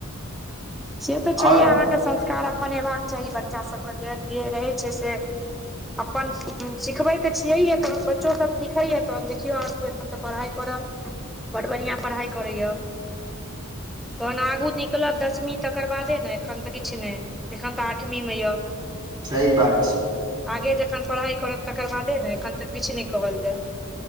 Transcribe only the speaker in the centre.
से तऽ छैहे,
अहाँके संस्कार अपन अयबाक चाही बच्चा सभके जेहन जे रहै छै से। अपन सिखबै तऽ छियै, तह बच्चो सभ सिखैया तहन देखियौ आ। हम तऽ पढ़ाई करब, बड़ बढ़ियाँ पढ़ाई करैया। तहन आगू निकलब दसमी। तकर बादे ने एखन तऽ किछु नहि, एखन तऽ आठमीमे य।
आगे जखन पढ़ाई करत तकर बादे ने, एखन तऽ किछु नहि कहल जाय।